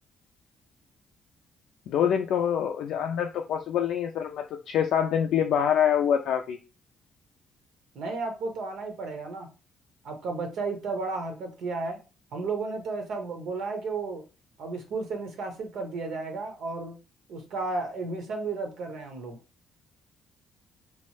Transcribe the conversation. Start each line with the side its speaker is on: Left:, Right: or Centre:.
Left: दो दिन के हो- अंदर तो पॉसिबल नहीं है सर मैं तो छह सात दिन के लिए बाहर आया हुआ था अभी
Right: नहीं आपको तो आना ही पड़ेगा ना आपका बच्चा इतना बड़ा हरकत किया है हम लोगों ने तो ऐसा ब- बोला है कि वो अब स्कूल से निष्कासित कर दिया जाएगा और उसका एडमिशन भी रद्द कर रहे हैं हम लोग